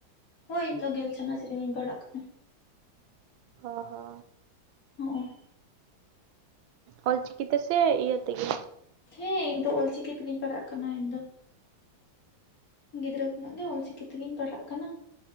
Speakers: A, on the left; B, on the right.
A: ᱦᱳᱭ ᱤᱧ ᱫᱚ ᱜᱮᱞ ᱪᱟᱱᱟᱪ ᱨᱤᱜᱤᱧ ᱯᱟᱲᱟᱜ ᱠᱟᱱᱟ
B: ᱦᱚᱸ ᱦᱚ
A: <unintelligible>
B: ᱚᱞᱪᱤᱠᱤ ᱛᱮ ᱥᱮ ᱤᱭᱟᱹ ᱛᱮᱜᱮ
A: ᱦᱮᱸ ᱤᱧ ᱫᱚ ᱚᱞ ᱪᱤᱠᱤ ᱛᱮᱜᱮᱧ ᱯᱟᱲᱦᱟᱜ ᱠᱟᱱᱟ ᱤᱧ ᱫᱚ ᱜᱤᱫᱽᱨᱟᱹ ᱠᱷᱚᱱᱟᱜ ᱜᱮ ᱚᱞᱪᱤᱠᱤ ᱛᱮᱜᱤᱧ ᱯᱟᱲᱦᱟᱜ ᱠᱟᱱᱟ